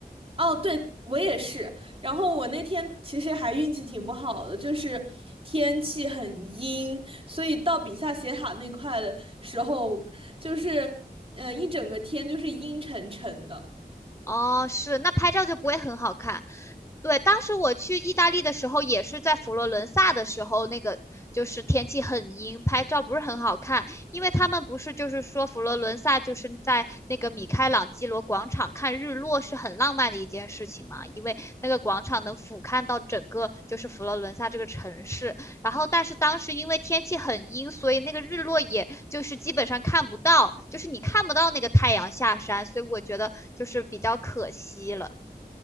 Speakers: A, on the right; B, on the left.
A: 哦，对，我也是。然后我那天其实还运气挺不好的，就是天气很阴，所以到比萨斜塔那块的时候，就是呃一整个天就是阴沉沉的。
B: 哦，是，那拍照就不会很好看。对，当时我去意大利的时候，也是在佛罗伦萨的时候，那个就是天气很阴，拍照不是很好看，因为他们不是就是说佛罗伦萨就是在那个米开朗基罗广场看日落是很浪漫的一件事情嘛，因为那个广场能俯瞰到整个就是佛罗伦萨这个城市，然后，但是当时因为天气很阴，所以那个日落也就是基本上看不到，就是你看不到那个太阳下山，所以我觉得就是比较可惜了。